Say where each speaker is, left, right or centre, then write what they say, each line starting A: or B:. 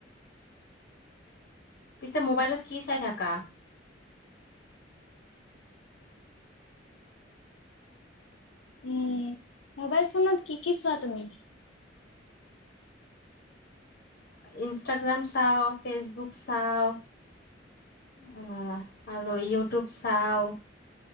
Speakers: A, on the left; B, on the left.
A: পিছে মোবাইলত কি চাই থাকা?
B: উম মোবাইল ফোনত কি কি চোৱা তুমি?
A: ইনষ্টাগ্ৰাম চাওঁ ফেচবুক চাওঁ অ আৰু ইউটিউব চাও